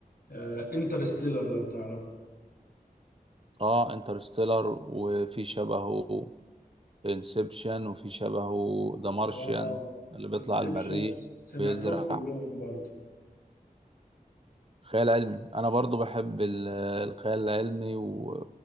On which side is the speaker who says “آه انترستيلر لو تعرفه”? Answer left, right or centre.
Left